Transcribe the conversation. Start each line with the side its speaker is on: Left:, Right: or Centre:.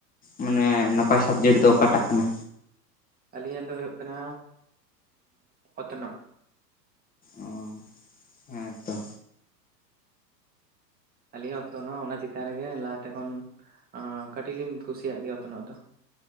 Left: ᱢᱟᱱᱮ ᱱᱟᱯᱟᱭ ᱥᱟᱵᱽᱡᱮᱠᱴ ᱫᱚ ᱚᱠᱟᱴᱟᱜ ᱠᱟᱱᱟ
Right: ᱟᱹᱞᱤᱧᱟᱜ ᱫᱚ ᱦᱩᱭᱩᱜ ᱠᱟᱱᱟ ᱚᱛᱱᱚᱜ
Left: ᱚ ᱦᱮᱸ ᱛᱚ
Right: ᱟᱹᱞᱤᱧᱟᱜ ᱚᱛᱱᱚᱜ ᱚᱱᱟ ᱪᱮᱛᱟᱱ ᱨᱮᱜᱮ ᱞᱟᱦᱟᱛᱮ ᱠᱷᱚᱱ ᱠᱟᱹᱴᱤᱡ ᱞᱤᱧ ᱠᱩᱥᱤᱭᱟᱜ ᱜᱮᱭᱟ ᱚᱛᱱᱚᱜ ᱫᱚ